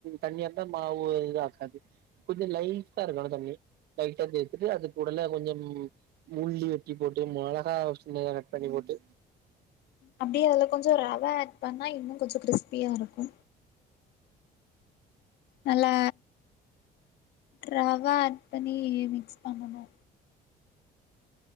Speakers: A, on the right; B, on the left.
A: தண்ணியா இருந்தா மாவு இதாகாது கொஞ்ச லைட்டா இருக்கனு தண்ணி லைட்டா தெ ட்டு அதுக்கூடல கொஞ்ச மூல்லி வெட்டி போட்டு மொளகா சின்னத கட் பண்ணி போட்டு
B: அப்டியே அதுல கொஞ்ச ரவ ஆட் பண்ணா இன்னு கொஞ்ச கிறிஸ்பியா இருக்கு நல்லா ரவ ஆட் பண்ணி மிக்ஸ் பண்ணணு